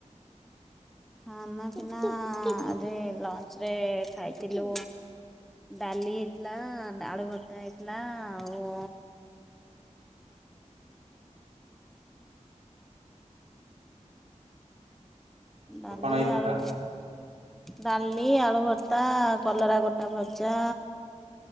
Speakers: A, in the centre; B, on the right.
A: ଖାନା ପିନା ଆଜି ଲଞ୍ଚରେ ଖାଇଥିଲୁ ଡାଲି ହେଇଥିଲା, ଆଳୁ ଭତା ହେଇଥିଲା, ଆଉ ଡାଲି
B: ଆଉ କଣ ହେଇଥିଲା?
A: ଆଳୁ ଡାଲି ଆଳୁ ଭର୍ତ୍ତା କଲରା ଗୋଟା ଭଜା।